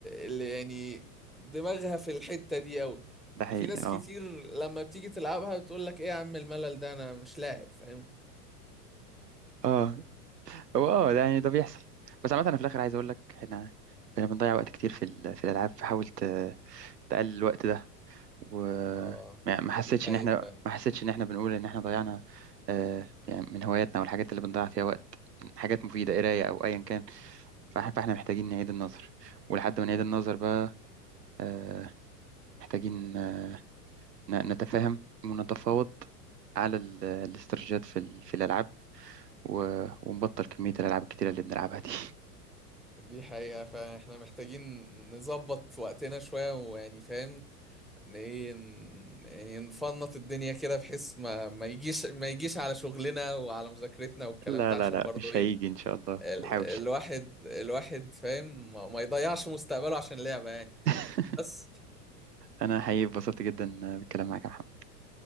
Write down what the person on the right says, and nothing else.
ده حقيقي
اه
اه هو اه ده يعني ده بيحصل بس عامة أنا في الآخر عايز أقول لك إحنا إحنا بنضيع وقت كتير في ال- في الألعاب فحاول ت- تقلل الوقت ده وما
ما حسيتش
ان احنا
ما حسيتش ان احنا بنقول ان احنا ضيعنا آه، يعني من هواياتنا والحاجات اللي بنضيع فيها وقت حاجات مفيدة قراية او ايا كان فاحنا فاحنا محتاجين نعيد النظر ولحد
ما نعيد النظر بقى آه، محتاجين آه، ن- نتفاهم ونتفاوض على ال- الاستراتيجيات في ال- في الالعاب و- ونبطل كمية الالعاب الكتيرة اللي بنلعبها دي <laughs>
لا
لا
لا
مش
هيجي ان شاء الله
نحاول
<laughs>
انا حقيقي اتبسطت جدا بالكلام معاك يا محمد.